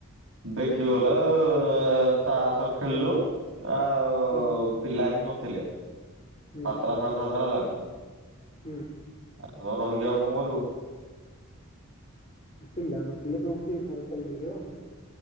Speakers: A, on the right (about 60°); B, on the left (about 30°).
A: ବେଗି ବୋଲେ ଏଁ ଚାଷ୍ ଖେଳିଲୁ ଆଃ
B: ହୁଁ।
A: ପିଲା ହିଁ ନଥିଲେ ସାତଟା
B: ହୁଁ
A: ସାଢେ ସାତଟା ହେଲାଣି।
B: ହୁଁ।
A: ଏତେ ସମୟ ରହିକି ଆଉ କଣ କରିବୁ?
B: ପିଲା ନଥିଲେ ତମେ କି ଖେଳ ଖେଳିବ କି ଆଉ।